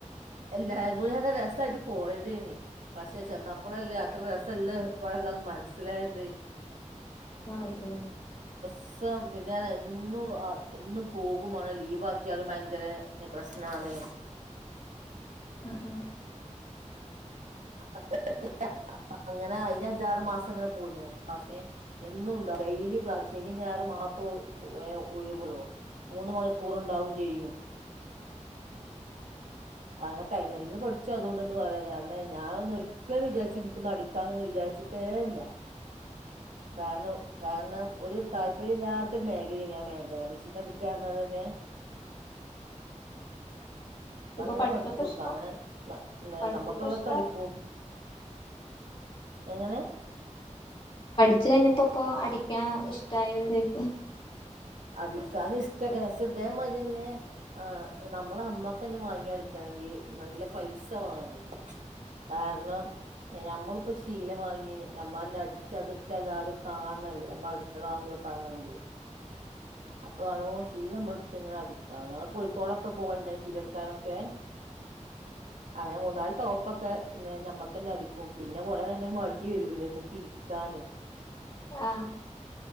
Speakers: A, on the right; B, on the left.
A: എല്ലാരും കൂടി അങ്ങ് രസായിട്ട് പോയതേനി പക്ഷെ ചെന്നപ്പോളല്ലേ അത്ര രസം എല്ലാം ഇപ്പണല്ലോ മനസ്സിലായത്
B: ആഹ് ഒ
A: സ് പിന്നെ എന്നും എന്നും പോകുമാണ് ലീവ് ആക്കിയാലും ഭയങ്കര പ്രശ്നാണ്
B: ഉഹ്
A: <unintelligible> അങ്ങനെ അയിന്അഞ്ചാറ് മാസിങ്ങനെ പോയി ക്ലാസെ എന്നുംണ്ടാവും ഡെയിലി ക്ലാസ് ശനി ഞായറും മാത്രം ഒ ഒഴിവുള്ളു മൂന്ന് മണിക്കൂർണ്ടാവും ചെയ്യും അങ്ങ തൈലേണങ് പഠിച്ചൊ അതുകൊണ്ടന്ന് പറയാ കാരണ ഞാ ഒന്നും ഒരിക്കലും വിചാരിച്ചി നിക്കൊന്നടിക്കാനന്ന് വിചാരിച്ചിട്ടേ ഇല്ല കാരണൊ കാരണം ഒരു താല്പരില്ലാ ത്ത മേഖലയാനി ആ മേഖല മെഷീൻ അടിക്കാന്നത് തന്നെ ഇപ്പ
B: ഇപ്പൊ
A: അങ്ങനെ
B: പഠിച്ചപ്പോ
A: പഠിച്ചു
B: ഇഷ്ടാ
A: ഇപ്പ അങ്ങനെ
B: പഠിച്ചപ്പോ
A: നമ്മുക്കുള്ളക്കെ
B: ഇഷ്ടാ
A: അടിക്കും എങ്ങനെ
B: ച്ച് കഴിഞ്ഞപ്പോ ഇപ്പൊ അടിക്കാൻ ഇഷ്ടായോ ചോയ്ക
A: അടിക്കാൻ ഇഷ്ടക്ക ഷെ ദിതേമാരിന്നെ ആ നമ്മള് മ്മക്കന്നെ വാങ്ങി അടിക്കണെങ്കി നല്ല പൈസ വേണാദ്യം കാരണം ഞമ്മള് അപ്പൊ ശീലവാങ്ങി നമ്മന്നെ അടിച്ചത് ഇട്ട് ല്ലാവരും കാണണല്ലോ നമ്മ അടിച്ചതാന്നുള്ള പറയണെങ്കില് അപ്പൊ <unintelligible> ശീല നമ്മടുത്ത് ഇങ്ങനെ അടിക്കാം ഞങ്ങ കോഴിക്കോടൊക്കെ പോവണ്ണെ ശീലെടുക്കാനൊക്കെ അങ്ങനെ മൂന്നാല് ടോപ്പൊക്കെ നമ്മക്ക്ന്നെ അടിക്കും പിന്നെ കൊറകൈയ്പ ഒരു മടി വരുല്ലോ മ്മക്ക് ഇരിക്കാനെ
B: ആഹ്